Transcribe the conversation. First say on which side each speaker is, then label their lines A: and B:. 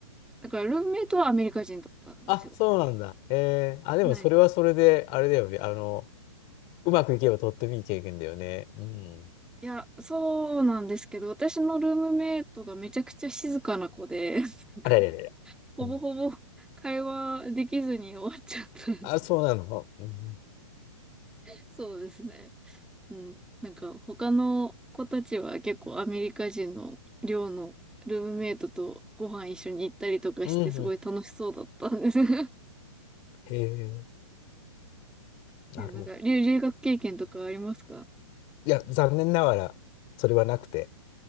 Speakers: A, in the centre; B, on the left.
A: だから、ルームメイトはアメリカ人だったんですよ。
B: あ、そうなんだ。えー、あ、でもそれはそれで、
A: はい
B: あれだよね。あの、うまくいけばとってもいい経験だよね。うん。
A: いや、そうなんですけど、私のルームメイトがめちゃくちゃ静かな子で、<laughs> なんか
B: あれれれれ。
A: ほぼほぼ会話できずに終わっちゃった。
B: うん。あ、そうなの。うん。
A: <laughs> そうですね。うん。なんか他の子たちは結構アメリカ人の寮のルームメイトとご飯一緒に行ったりとかしてすごい楽しそうだったんです。
B: うん。うん
A: <laughs>
B: へえ、なるほど。
A: えなんか留、留学経験とかありますか
B: いや、残念ながら、それはなくて。